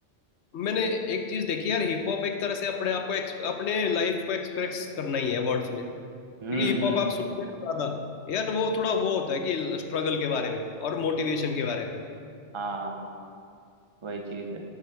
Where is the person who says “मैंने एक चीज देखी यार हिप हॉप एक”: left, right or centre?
Left